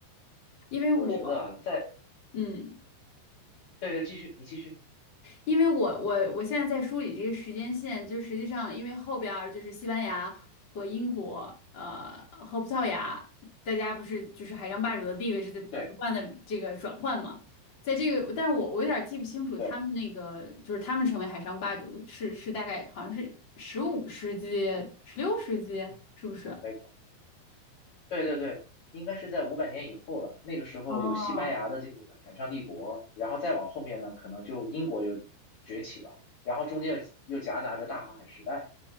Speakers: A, on the left; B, on the left.
A: 因为我，
B: 我觉得在
A: 嗯。
B: 对对，继续，你继续。
A: 因为我我我现在在梳理这个时间线，就实际上因为后边儿就是西班牙和英国，呃，和葡萄牙，大家不是就是海上霸主的地位是在不断的这个转换嘛，
B: 对
A: 在这个，但是我我有点儿记不清楚他们那个就是他们成为海上霸主是是大概好像是十五世纪、
B: 对，
A: 十六世纪，是不是？
B: 没错。对对对，应该是在五百年以后了。那个时候有西班牙的这个叫海上帝国，
A: 哦，
B: 然后再往后面呢，可能就英国又崛起了，然后中间又又夹杂着大航海时代。